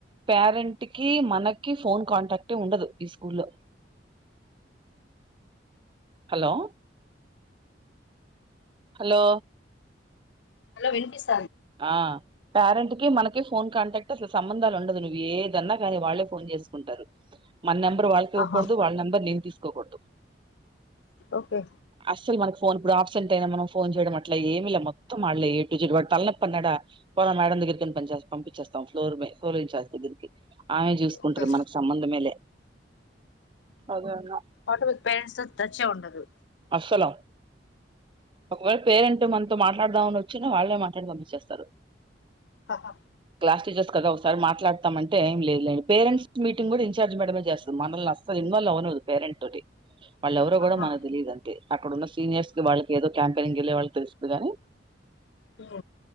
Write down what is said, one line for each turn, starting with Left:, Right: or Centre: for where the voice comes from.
Right: పేరెంట్ కి మనకి ఫోన్ కాంటాక్ట్ ఉండదు ఈ స్కూ లో హలో హలో
Left: హలో వినిపిస్
Right: ఆ పేరెంట్ కి మనకి ఫోన్ కాంటాక్ట్ అసలు సంబంధాలు ఉండ నువ్వు ఏదన్నా కానీ వాళ్ళే ఫోన్ చేసుకుంటారు మన నెంబర్ వాళకి ఇవ్వూడదు
Left: ఆహా
Right: వాళ్ళ నెంబర్ నేను తీసుకు కోకుడదు
Left: ఓకే
Right: అస మనకు ఫోన్ ఇప్పుడు ఆబ్సెంట్ అయినా మనం ఫోన్ చేయడం అట్లా ఏమిలా మొత్తం వాళ్లే ఏ టు జ వాడ్ తలనప్పన్నాడ పో మేడం దగ్గరి పంపించేస్తాం ఫ్లోర్ ఫ్లోర్ ఇంచార్జ్ దగ్గరికి ఆమె చూస్ కుంటది
Left: ఓకే
Right: మన సంబంధంమే లే అదే అన్న
Left: అట్ విత్ పేరెంట్స్ తచ్చే ఉండదు
Right: అస్సలం ఒకవేళ పేరెంట్ మనతో మాట్లాడదామని వచ్చిన వాళ్ళే మాట్లాడ పంపించేస్తారు
Left: ఆహా
Right: క్లాస్ టీచర్స్ కద ఒకసారి మాట్లాతాం అంటే ఏం లేదు లేండి పేరెంట్స్ మీటిన్గ్ కూడా ఇన్ర్జ్ మేడమే చేస్తది మనల్ని అసలు ఇంగోల్ అవురు పేరెంట్ తోటి వాళ్ళ ఎవరో
Left: ఆహా
Right: కూడా మన అంతే అక్కడన్న సీనియర్స్ కి వాళ్ళకి ఏదో క్యాంపయినింగ్ వెళ్ళి వాళ్ళకి తెలుస్తుంది గాని
Left: ఒ